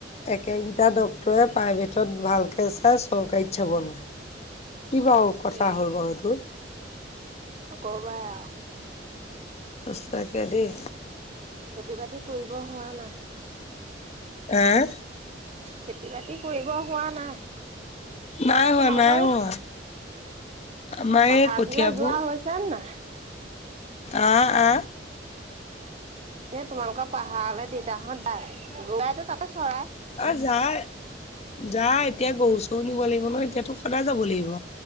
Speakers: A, on the left; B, on the right.
A: একেগিটা ডক্টৰে প্ৰাইভেটত ভালকে চাই চৰকাৰীত চাব নোৱাৰে। কি বাৰু কথা
B: উম,
A: হ'ল বাৰু এইটো‌
B: নক'বাই আৰু।
A: সঁচাকে দেই
B: খেতি- বাতি কৰিব হোৱা নাই?
A: আহ?
B: খেতি- বাতি কৰিব হোৱা নাই।
A: নাই
B: তাৰপৰা
A: হোৱা
B: তোমালোকৰ
A: নাই হোৱা। আমাৰ
B: পাহাৰ
A: এ কঠিয়াবোৰ
B: তোলা যোৱা হৈছে নে নাই
A: আ, আ।
B: এ, তোমালোকৰ পাহাৰলে, দেউতাহঁত যাই। দেতাইতো তাতে চৰাই
A: অ'! যাই, যাই। এতিয়া,
B: অ
A: গৰু-চৰু নিব লাগিব ন' এতিয়াতো, সদায় যাব লাগিব।